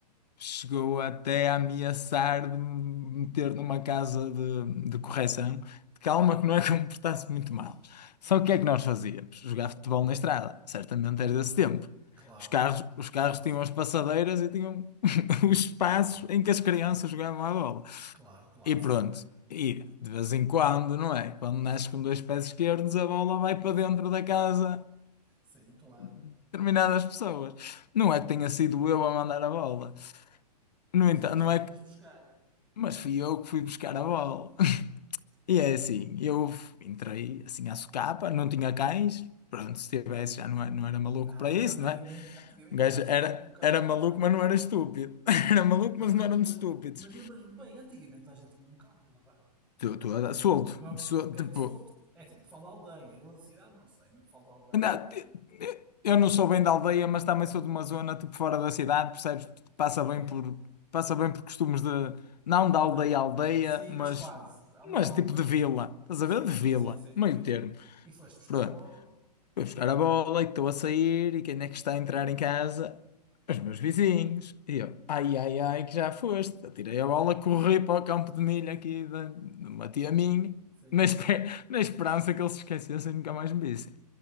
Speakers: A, on the left; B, in the centre.
A: chegou até a ameaçar de me meter numa casa de, de correção, de calma que não é que eu me portasse
B: Aí.
A: muito mal. Só
B: Aí.
A: que o que é que nós fazíamos? Jogar futebol na estrada, certamente era
B: Claro.
A: desse tempo.
B: Claro.
A: Os carros, os carros
B: Clássico.
A: tinham as passadeiras e tinham <laughs> os espaços
B: Claro.
A: em que as crianças jogavam à bola.
B: Claro, clássico,
A: E pronto.
B: não é?
A: E de vez em quando, não é? Quando nasce com dois pés esquerdos, a bola vai para dentro da casa
B: Sim, claro.
A: de determinadas pessoas. Não é que tenha sido eu a mandar a bola. No
B: Mas
A: entanto,
B: eras
A: não
B: tu
A: é
B: que ias
A: que.
B: buscar.
A: Mas fui eu que fui buscar a bola. <laughs> E é assim, eu entrei assim à socapa, não tinha cães. Pronto, se tivesse já não era, não era maluco
B: Ah,
A: para
B: pois
A: isso,
B: é, antigamente,
A: não é?
B: antigamente
A: Um gajo
B: toda a gente
A: era,
B: tinha um cão,
A: era
B: é
A: maluco,
B: verdade,
A: mas
B: é?
A: não era estúpido. <laughs> Era maluco, mas
B: Agora
A: não éramos
B: que me lembro.
A: estúpidos.
B: Mas lembras-me bem, antigamente toda a gente tinha um cão, é verdade.
A: Estou estou a dar- solto.
B: Que
A: Sol- tipo,
B: que solte. É assim, o pessoal da aldeia, eu da cidade não sei, mas o pessoal da aldeia
A: Não,
B: é daqui.
A: te- te- eu não sou bem da aldeia, mas também sou de uma zona tipo fora da cidade, percebes? Passa
B: Ok,
A: bem por, passa bem por costumes de, não
B: da
A: da
B: aldeia.
A: aldeia à aldeia,
B: Sim,
A: mas,
B: mas quase. Ali
A: mas
B: há alguma
A: tipo
B: coisa.
A: de vila, estás
B: Sim,
A: a ver? De
B: sim,
A: vila,
B: sim, sim,
A: meio
B: sim.
A: termo.
B: E foste buscar
A: Pronto,
B: a bola?
A: vou buscar a bola e estou a sair e quem é que está a entrar em casa? Os meus vizinhos. E eu, ai, ai, ai, que já foste. Atirei a bola, corri para o campo de milho aqui de, de uma tia minha,
B: Sim.
A: na, espe- <laughs> na esperança que eles se esquecessem e nunca mais me vissem.